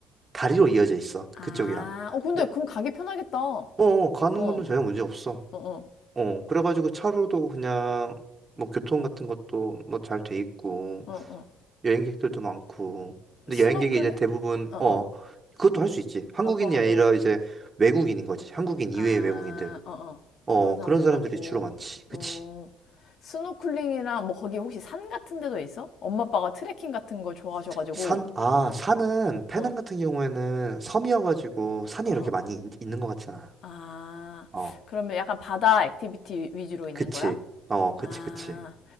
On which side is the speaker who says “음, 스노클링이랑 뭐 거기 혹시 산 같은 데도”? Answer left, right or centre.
Left